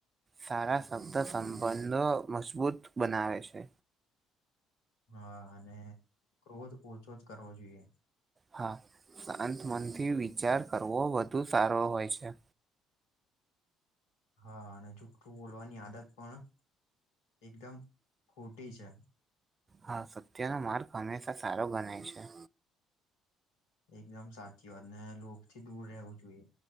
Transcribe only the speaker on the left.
હા અને ક્રોધ ઓછો જ કરવો જોઈએ.
હા અને જુઠ્ઠું બોલવાની આદત પણ એકદમ ખોટી છે.
એકદમ સાચી વાત ને લોભ થી દૂર રહેવું જોઈએ.